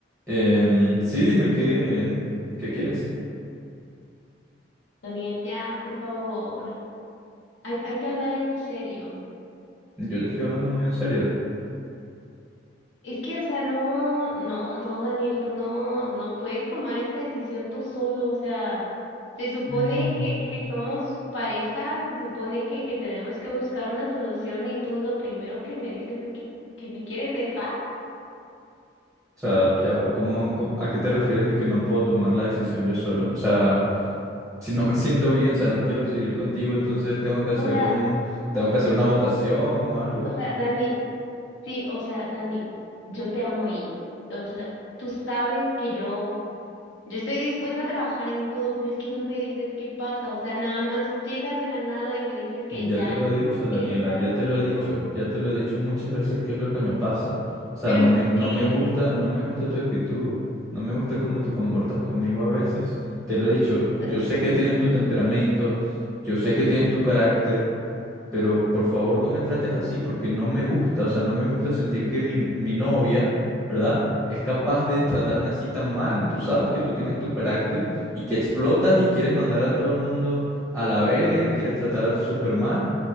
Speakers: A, in the centre; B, on the left.
A: Em, sí, dime qué, qué quieres.
B: Daniel, ya, por favor. Hay, hay que hablar en serio.
A: Yo te estoy hablando muy en serio.
B: Es que, o sea, no, no, no, Daniel, tú no, no puedes tomar esta decisión tú solo. O sea, se supone
A: Mm,
B: que, que somos pareja, se supone que, que tenemos que buscar una solución y tú lo primero que me dices es que, que me quieres dejar.
A: O sea, ya va, ¿cómo, cómo- a qué te refieres de que no puedo tomar la decisión yo solo? O sea, si no me siento bien, o sea, no quiero seguir contigo, entonces tengo que hacer
B: O sea,
A: un, tengo que hacer una votación o algo.
B: o sea, Dani, sí, o sea, Dani, yo te amo y, o sea, tú sabes que yo... Yo estoy dispuesta a trabajar en todo, pero es que no me dices qué pasa. O sea, nada más llegas de la nada y me dices que
A: Ya
B: ya
A: te lo he dicho,
B: no
A: Daniela,
B: quieres estar
A: ya
B: conmigo.
A: te lo he dicho, ya te lo he dicho muchas veces qué es lo que me pasa. O sea,
B: ¿Pero
A: no me, no
B: qué
A: me gusta,
B: es?
A: no me gusta tu actitud, no me gusta cómo te comportas conmigo a veces. Te lo he dicho, yo
B: Dani,
A: sé que tienes tu temperamento, yo sé que tienes tu carácter, pero por favor no me trates así porque no me gusta, o sea, no me gusta sentir que mi, mi novia, ¿verdad? Es capaz de tratarme así tan mal. Tú sabes que tú tienes tu carácter y que explotas y quieres mandar a todo el mundo a la verga y me quieres tratar súper mal.